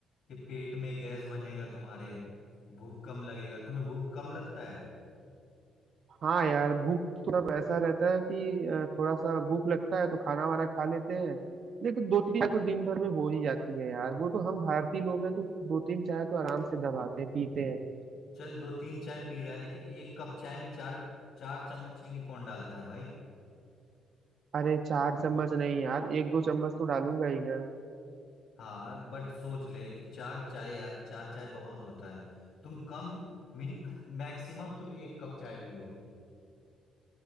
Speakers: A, on the left (about 60°); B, on the right (about 55°).
A: कि पेट में गैस बनेगा तुम्हारे भूख कम लगेगा तुम्हें भूख कम लगता है
B: हाँ यार भूख थोड़ा ऐसा रहता है कि अ, थोड़ा सा भूख लगता है तो खाना वाना खा लेते हैं लेकिन दो तीन चाय तो दिन भर में हो ही जाती है यार वो तो हम भारतीय लोग हैं तो दो तीन चाय तो आराम से दबाते हैं पीते हैं
A: चल दो तीन चाय पी रहा है लेकिन एक कप चाय में चार चार चम्मच चीनी कौन डालता है भाई
B: अरे चार चम्मच नहीं यार एक दो चम्मच तो डालूंगा ही मैं
A: हाँ बट सोच ले कि चार चाय यार चार चाय बहुत होता है तुम कम मिन मैक्सिमम तुम एक कप चाय पियो